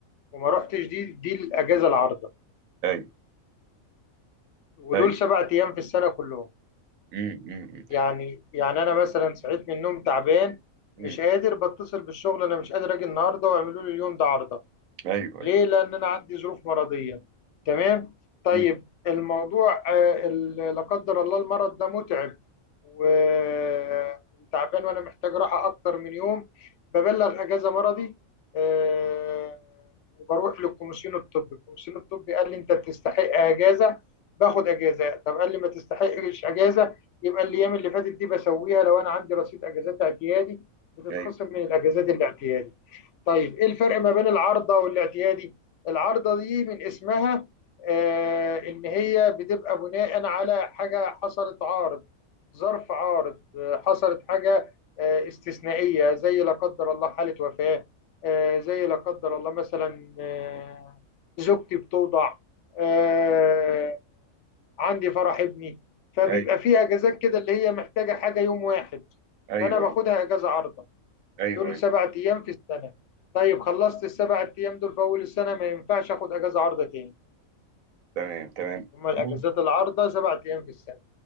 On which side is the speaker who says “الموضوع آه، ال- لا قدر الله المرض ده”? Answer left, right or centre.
Left